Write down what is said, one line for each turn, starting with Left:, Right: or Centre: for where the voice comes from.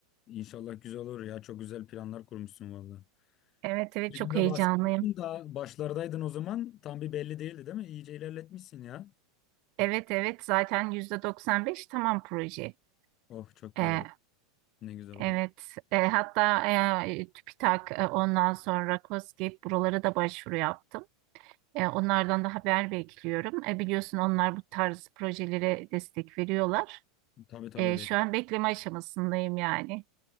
Left: İnşallah güzel olur ya. Çok güzel planlar kurmuşsun valla.
Right: Evet evet
Left: Şimdi
Right: çok
Left: de
Right: heyecanlıyım.
Left: bahsetmiştin da başlardaydın o zaman. Tam bir belli değildi değil mi? İyice ilerletmişsin ya.
Right: Evet evet zaten %95 tamam proje.
Left: Oh çok güzel.
Right: Ee,
Left: Ne güzel oldu.
Right: evet e, hatta e, TÜBİTAK e, ondan sonra KOSGEB buralara da başvuru yaptım. E, onlardan da haber bekliyorum. E, biliyorsun onlar bu tarz projelere destek veriyorlar.
Left: Tabii tabii.
Right: E,
Left: be.
Right: şu an bekleme aşamasındayım yani.